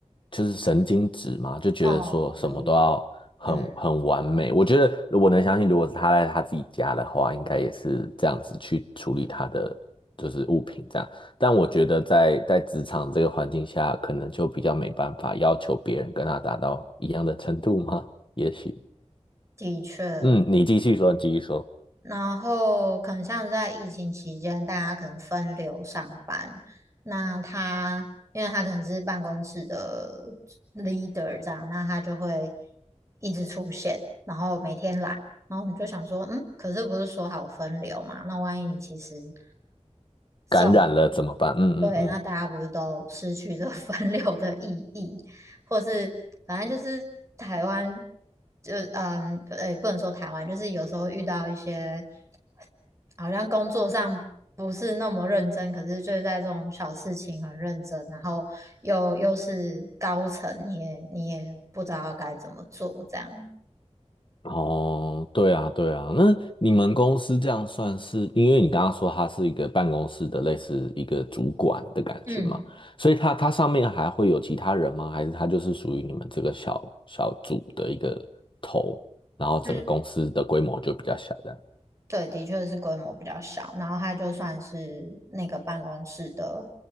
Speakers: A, on the left; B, on the right.
A: 就是神经质嘛，就觉得说什么都要很很完美。
B: 哦，有一嗯，
A: 我觉得我能相信，如果是他在他自己家的话，应该也是这样子去处理他的就是物品这样。但我觉得在在职场这个环境下，可能就比较没办法要求别人跟他达到一样的程度吗？也许，
B: 的确，
A: 嗯，你继续说，你继续说，
B: 然后可能像在疫情期间，大家可能分流上班，那他因为他可能是办公室的呃 leader 这样，那他就会一直出现，然后每天来，然后你就想说，嗯，可是不是说好分流嘛？那万一你其实中
A: 感染了怎么办？嗯嗯嗯，
B: 对，那大家不是都失去这 <laughs> 分流的意义，或是反正就是台湾，就嗯，呃也不能说台湾，就是有时候遇到一些好像工作上不是那么认真，可是就是在这种小事情很认真，然后又又是高层，你也你也不知道该怎么做，这样，
A: 哦，对啊对啊，那你们公司这样算是，因为你刚刚说他是一个办公室的类似一个主管的感觉嘛，
B: 嗯，
A: 所以他他上面还会有其他人吗？还是他就是属于你们这个小小组的一个头，然后整个公司的规模就比较小这样？
B: 就是对，的确是规模比较小，然后他就算是那个办公室的